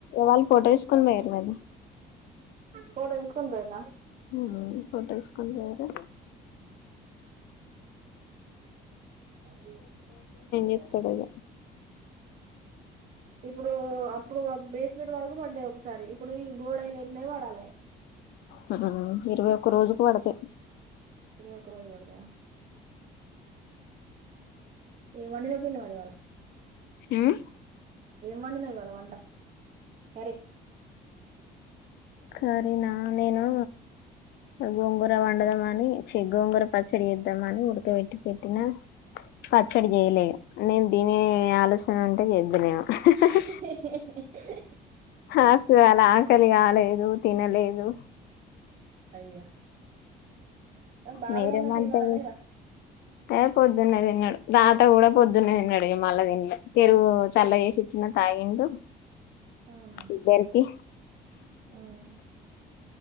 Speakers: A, on the left (about 75°); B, on the right (about 50°).
A: వాళ్ళు ఫోటో తీస్కొనిపోయిన్ర్ మరి
B: ఫోటో తీస్కొనిపోయిన
A: ఉమ్ ఫోటో తీస్కొనిపోయిన్రు
B: అహ్
A: చెప్తడో ఇగ
B: ఇప్పుడు అప్పుడు బేస్మేట్ వరకు కు పడ్డయ్ ఒకసారి ఇప్పుడు ఈ గోడై లేపినయ్ పడాలే
A: ఉమ్ ఇరవై ఒక్క రోజుకు పడ్తాయ్
B: ఇరవైఒక్క రోజు కు పడ్తాయా ఎవర్ని దొబ్బిండో మరి ఇవాళ
A: ఉమ్
B: ఏమ్ వండినావ్ ఇవాళ వంట అరే
A: కారినా నేను గోంగూర వండదామని చి గోంగూర పచ్చడి చేద్దామని ఉడకవేట్టి పెట్టినా పచ్చడి చేయలే నేన్ తినే ఆలోచన ఉంటే చేద్దునేమో ఇహ్ ఇహ్
B: ఇహ్ ఇహ్ హ్
A: హ... ఇవాళ ఆకలిగాలే దు తినలేను
B: అయ్యా... బావే
A: మీరేమంటే
B: అన్న తిన్నాడా లేదా
A: ఏ పొద్దున్నే తిన్నాడు తాత కూడా పొద్దున్నే తిన్నడిగా మళ్ళ తిన్లే పెరుగు చల్ల చేసి ఇచ్చిన తాగిండు
B: అవునా
A: ఇద్దరికి
B: ఉమ్మ్